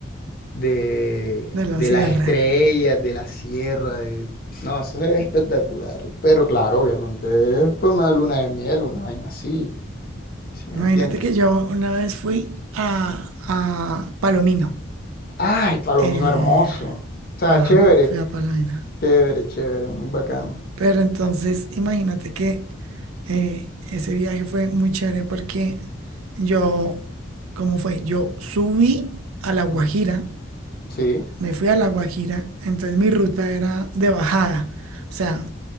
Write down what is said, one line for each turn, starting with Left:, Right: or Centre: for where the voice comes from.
Left: de,
Right: <laughs> de la
Left: de
Right: Sierra.
Left: las estrellas, de la sierra, de... No, eso es espectacular. Pero claro, obviamente, es pues, una luna de miel, una vaina así, ¿sí me
Right: Imagínate
Left: entiendes?
Right: que yo una vez fui a, a Palomino.
Left: ¡Ay, Palomino
Right: Eh,
Left: hermoso! O sea,
Right: ajá,
Left: chévere,
Right: fui a Palomino.
Left: chévere, chévere, muy bacano.
Right: Pero entonces, imagínate que eh, ese viaje fue muy chévere porque yo, ¿cómo fue? Yo subí a La Guajira
Left: Ujú. Sí.
Right: me fui a La Guajira, entonces mi ruta era de bajada. O sea,